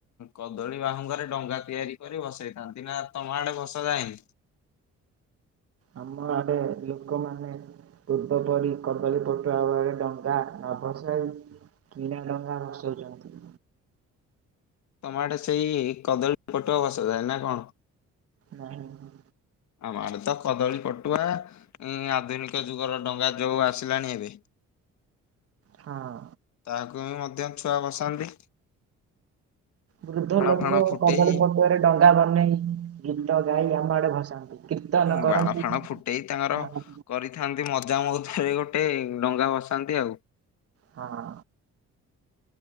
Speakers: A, on the left; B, on the right.
A: କଦଳୀ ବାହୁଙ୍ଗାରେ ଡଙ୍ଗା ତିଆରି କରି ଭସେଇଥାନ୍ତି ନା ତମ ଆଡେ ଭସା ଯାଏନି।
B: ଆମ ଆଡେ ଲୋକ ମାନେ ଦୁଦ ପରି କଦଳୀ ପଟୁଆ ଭଳି ଡଙ୍ଗା ନଭସାଇ କିଣା ଡଙ୍ଗା ଭସଉଚନ୍ତି।
A: ତମ ଆଡେ ସେଇ କଦଳୀ ପଟୁଆ ଭସାଯାଏ ନା କଣ।
B: ନାଇଁ।
A: ଆମ ଆଡେ ତ କଦଳୀ ପଟୁଆ ଆଧୁନିକ ଯୁଗର ଡଙ୍ଗା ଯୋଉୁ ଆସିଲାଣି ଏବେ।
B: ହଁ।
A: ତାହାକୁ ବି ମଧ୍ୟ ଛୁଆ ଭସାନ୍ତି।
B: ବୃଦ୍ଧ ଲୋକ
A: ଫାଣ ଫୁଟେଇ
B: କଦଳୀ ପଟୁଆରେ ଡଙ୍ଗା ବନେଇ ଗୀତ ଗାଇ ଆମ ଆଡେ ଭସାନ୍ତି। କୀର୍ତ୍ତନ କରନ୍ତି
A: ବାଣ ଫାଣ ଫୁଟେଇ ତାଙ୍କର
B: ହଁ
A: କରିଥାନ୍ତି ମ ମଜା ମୁଥାରେ ଗୋଟେ ଡଙ୍ଗା ଭସାନ୍ତି ଆଉ।
B: ହଁ।